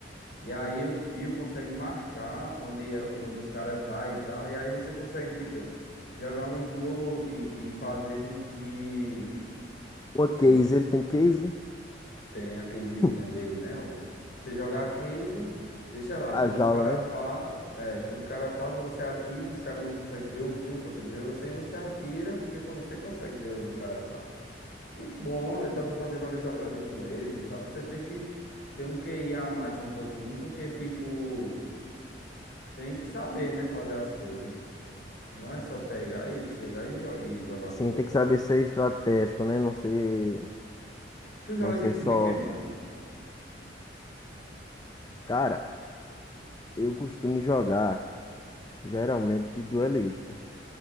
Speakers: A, on the left; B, on the left.
A: E aí o fio consegue marcar onde, é- onde os caras tá e tal. E aí você consegue, tipo, jogar um smoke e fazer com que
B: Uma case,
A: eh,
B: ele tem case?
A: tenha a casezinha
B: <laughs>
A: dele, né? Ou você jogar a case, deixa lá.
B: A
A: Quando
B: jaula,
A: os caras
B: né?
A: passam, é, quando o cara passa, você ativa, os caras não conseguem ver o fio, não conseguem ver você, e você atira, porque quando você consegue ver onde o cara tá. E é bom, eh, dá pra fazer várias jogadas com eles e tal. Você tem que ter um QI a mais um pouquinho, porque, tipo. Tem que saber, né? Fazer as coisas. Não é só pegar e chegar e, jo- e jogar
B: Sim,
A: com
B: tem
A: ele.
B: que saber ser estratégico, né? Não ser,
A: Tu joga
B: não ser
A: de,
B: só.
A: de quê, mano?
B: Cara, eu costumo jogar geralmente de duelista.